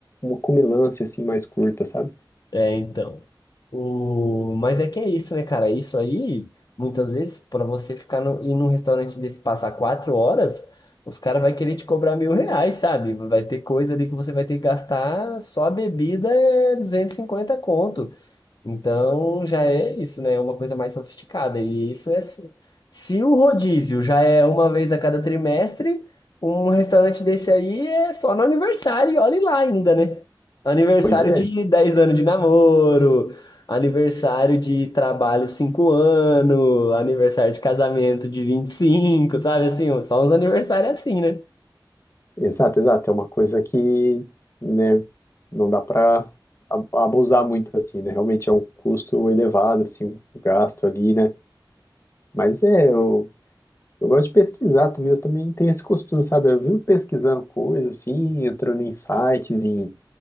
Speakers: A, on the left; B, on the left.
A: uma comilança, assim, mais curta, sabe?
B: É, então. O, mas é que é isso, né, cara? Isso aí, muitas vezes, para você ficar no, ir num restaurante desse passar quatro horas, os caras vão querer te cobrar mil reais, sabe? Vai ter coisa ali que você vai ter que gastar só a bebida é 250 conto. Então já é isso, né? É uma coisa mais sofisticada. E isso é. Se se o rodízio já é uma vez a cada trimestre, um restaurante desse aí é só no aniversário, e olhe lá ainda, né? Aniversário
A: Pois é,
B: de 10 anos de namoro, aniversário de trabalho 5 anos, aniversário de casamento de vinte e cinco sabe assim? Só uns aniversários é assim, né?
A: Exato, exato. É uma coisa que, né, não dá para abusar muito assim, né? Realmente é um custo elevado, assim, um gasto ali, né? Mas é, eu, eu gosto de pesquisar também, eu também tenho esse costume, sabe? Eu vivo pesquisando coisas assim, entrando em sites, em